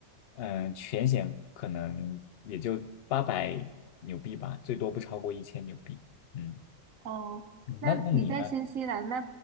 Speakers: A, on the left; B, on the right.
A: 嗯、全险可能也就八百纽币吧，最多不超过一千纽币。嗯
B: 哦，
A: 嗯那那你呢？
B: 那你在新西兰那